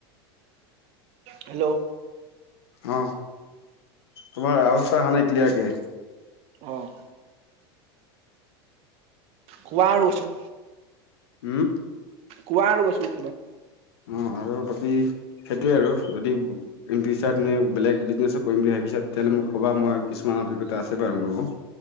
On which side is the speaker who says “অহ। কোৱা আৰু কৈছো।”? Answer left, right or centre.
Right